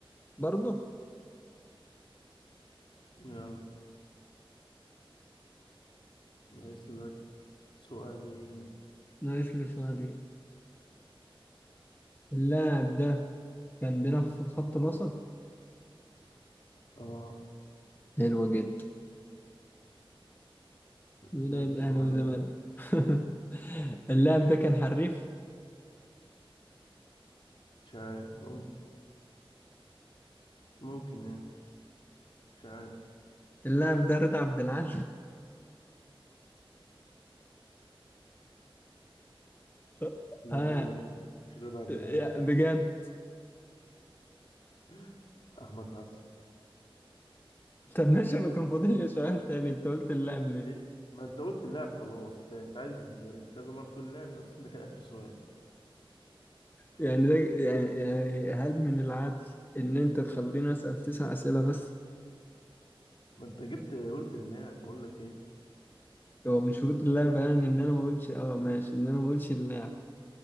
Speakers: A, on the left; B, on the left.
A: برضه
B: يلا ناقص لك سؤالين
A: ناقص لي شوية اللاعب ده كان بيلعب في الخط الوسط
B: اه
A: حلو جدا
B: ناقص
A: مين
B: لك
A: هيبقى
B: سؤال
A: أهلي وزمالك <laughs> اللاعب ده كان حريف
B: مش عارف ممكن ممكن يعني مش عارف
A: اللاعب ده رضا عبد العال <laughs>
B: لا
A: آه
B: لا مش مش رضا عبد
A: يا-
B: العال
A: بجد
B: <laughs> أحمد حسن
A: طب ماشي أنا كان فاضل لي سؤال تاني أنت قلت اللاعب ليه؟
B: إيه ما أنت قلت اللاعب خلاص أنت أنت عايز كذا مرة تقول اللاعب ده أصلا ده كان آخر سؤال
A: يعني ده يعني يعني هل من العدل إن أنت تخليني أسأل تسع أسئلة بس؟
B: ما أنت جبت قلت اللاعب أقول لك إيه
A: هو من شروط اللعبة يعني إن أنا ما أقولش آه ماشي إن أنا ما أقولش اللاعب